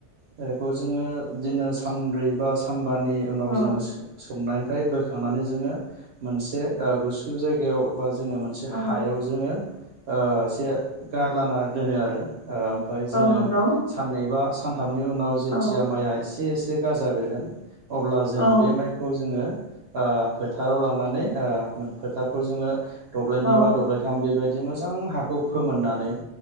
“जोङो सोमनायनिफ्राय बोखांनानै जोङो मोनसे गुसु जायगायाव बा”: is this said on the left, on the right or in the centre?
Right